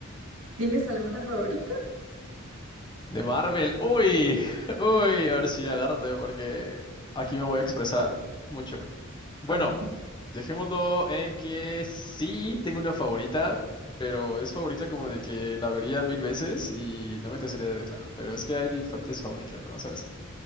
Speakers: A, on the right; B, on the left.
A: ¿tienes alguna favorita?
B: De Marvel. Uy, uy, a ver si agárrate porque aquí me voy a expresar mucho. Bueno,
A: Ah,
B: dejémoslo en que sí tengo una favorita, pero es favorita como de que la vería mil veces y no me cansaría de verla. Pero es que hay diferentes favoritas, ¿no? ¿Sabes?